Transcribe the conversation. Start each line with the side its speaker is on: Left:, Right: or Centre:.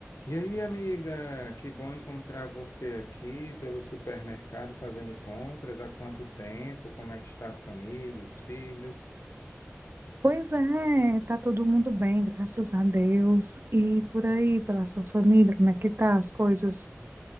Left: E aí, amiga, que bom encontrar você aqui pelo supermercado fazendo compras. Há quanto tempo? Como é que está a família, os filhos?
Right: Pois é, tá todo mundo bem, graças a Deus. E por aí, pela sua família, como é que tá as coisas?